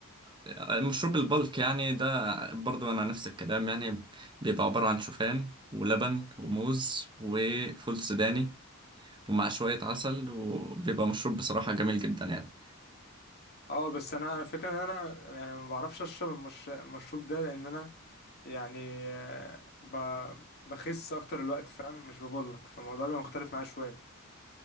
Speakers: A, on the right (about 20°); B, on the left (about 45°).
A: آه، مشروب البلك يعني ده برضو أنا نفس الكلام يعني بيبقى عبارة عن شوفان ولبن وموز وفول سوداني ومع شوية عسل وبيبقى مشروب بصراحة جميل جدا يعني
B: اه بس انا الفكره ان انا يعني ما بعرفش اشرب المش... المشروب ده لان انا يعني آه، ب... بخس اكتر الوقت فاهم مش ببولك فالموضوع بيبقى مختلف معايا شويه